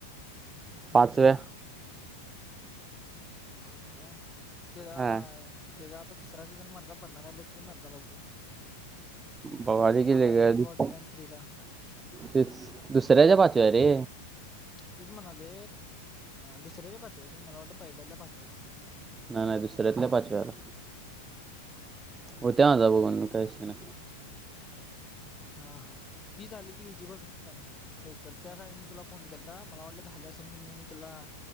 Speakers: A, on the right (about 15°); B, on the left (about 15°).
A: पाचव्या
B: पाचे वा त्या
A: हा
B: त्याचा आता तिसरा सीझन मरता पडणार आहे बघकी मरदा लवकर,
A: बगालोय किभावा
B: आलायस इन बॉर्डरलँड थ्रीचा
A: तेच दुसऱ्याच्या पाचव्या रे
B: तेच म्हणावले दुसर्याकडे पाचवीस मला वाटलं पहिल्याला पाचवा आहे.
A: नाही नाही दुसऱ्यातल्या पाचव्याला
B: हम्म
A: होत्या आ जा बघ काय. आहे ना,
B: हा हा ती झाली की हिजी बघ शण्या लवकर त्या साईड मी तुला फोन केला तर मला वाटलं झालं असे म्हण मी तुला